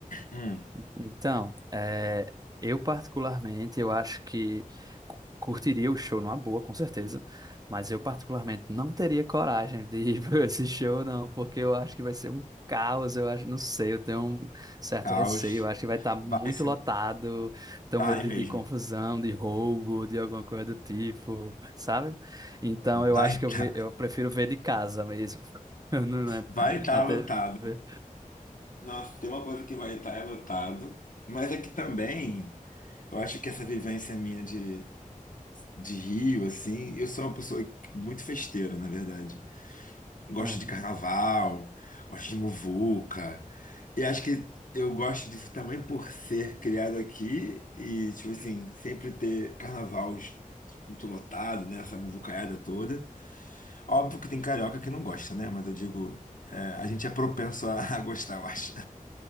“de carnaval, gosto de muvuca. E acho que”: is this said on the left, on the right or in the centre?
Left